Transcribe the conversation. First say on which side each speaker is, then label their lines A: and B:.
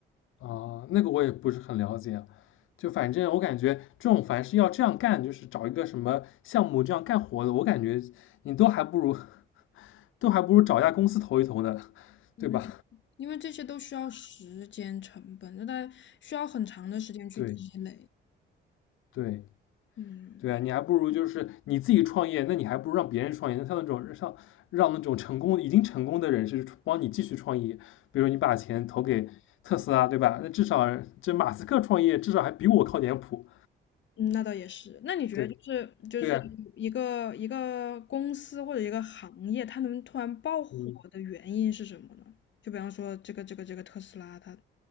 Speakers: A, on the left; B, on the left.
A: 啊、那个我也不是很了解，就反正我感觉这种凡是要这样干，就是找一个什么项目这样干活的，我感觉你都还不如都还不如找一家公司投一投呢，
B: 嗯，
A: 对吧？
B: 因为这些都需要时间成本，那它需要很长的时间去积累。
A: 对对，
B: 嗯。
A: 对啊，你还不如就是你自己创业，那你还不如让别人创业。那像那种让让那种成功已经成功的人士帮你继续创业，比如说你把钱投给特斯拉，对吧？那至少这马斯克创业至少还比我靠点谱。
B: 嗯，那倒也是。那你觉得就是就是一个一个公司或者一个行业，
A: 对对啊，
B: 它能突然爆火的原因是什么呢？
A: 嗯，
B: 就比方说这个这个这个特斯拉，它